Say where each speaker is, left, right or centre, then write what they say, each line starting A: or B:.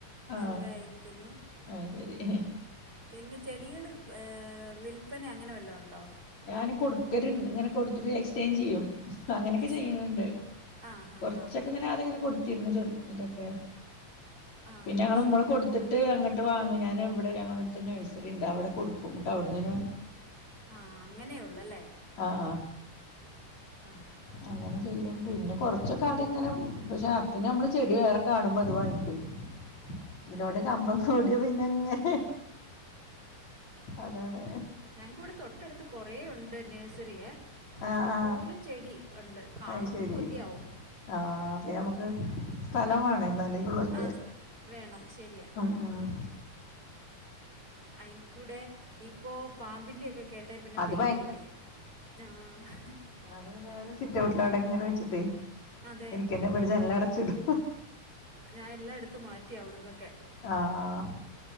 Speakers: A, on the left; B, on the right.
A: ആഹ്
B: സുഖായിരിക്കുന്നു
A: അത് ശരി
B: പിന്നെ ചെടികള് വില്പന അങ്ങനെ വല്ലോം ഉണ്ടോ
A: ഞാന് കൊടുത്തര് ഇങ്ങനെ കൊടുത്തിട്ട് എക്സ്ചേഞ്ച് ചെയ്യും ഇപ്പോ അങ്ങനെയൊക്കെ
B: എക്സ്
A: ചെയ്യുന്നുണ്ട്
B: ആഹ് ഹാ
A: കൊറച്ചൊക്കെ
B: ഹാ
A: ഇങ്ങനെ ആദ്യം ഇങ്ങനെ കൊടുത്തിരുന്നു ചെർ ഇതൊക്കെ
B: ആഹ്
A: പിന്നെ ഞങ്ങള്
B: അത്
A: നമ്മള്
B: ശരി
A: കൊടുത്തി ട്ട് അങ്ങട്ട് വാങ്ങും ഞാന് ഇവിടെ ഞങ്ങളുടെ അടുത്തൊരു നഴ്സറിയുണ്ട് അവിടെ കൊടുക്കും എന്നിട്ട് അവിടുന്ന് പിന്നെ
B: ആഹ് അങ്ങനെയേ ഉള്ളല്ലേ
A: ആഹ് ആഹ്
B: ആഹ്
A: അങ്ങനെ
B: ആഹ്
A: ചെയ്യും പിന്നെ കൊറച്ചൊക്കെ അതിങ്ങനെ പക്ഷെ അപ്പത്തേന് നമ്മള് ചെടി വേറെ കാണുമ്പോ അത് വാങ്ങിക്കും ഇതിനോട് കമ്പം കൂടിയാ പിന്നങ്ങ് അതാണ്
B: ഞങ്ങക്കിവിടെ തൊട്ടടുത്ത് കൊറേയുണ്ട് നേഴ്സറിയെ
A: ആഹ്
B: ഇഷ്ടം
A: ആഹ്
B: പോലെ ചെടി ഉണ്ട് കാണുമ്പം
A: അത് ശരി
B: കൊതിയാവും
A: ആഹ് പിന്നെ നമുക്ക് സ്ഥലം വേണേ എന്നാലേ ഉള്ളൂ അതിന്റെ
B: ആഹ് വേണം ശരിയാ
A: ഉം ഉം
B: അയ്നിവിടെ ഇപ്പോ പാമ്പിന്റെയൊക്കെ കേട്ടേ പിന്നെ
A: അത്
B: പേടിയുവായി ആഹ്
A: ഞാന് ഇതേപോലെ സിറ്റൗട്ടിൽ അവിടെ അങ്ങനെ വെച്ചിട്ടേ
B: അതെ
A: എനിക്ക് തന്നെ പേടി ജനലടച്ചിടും
B: ഞാൻ എല്ലാം എടുത്ത് മാറ്റി അവിടുന്നൊക്കെ
A: ആഹ്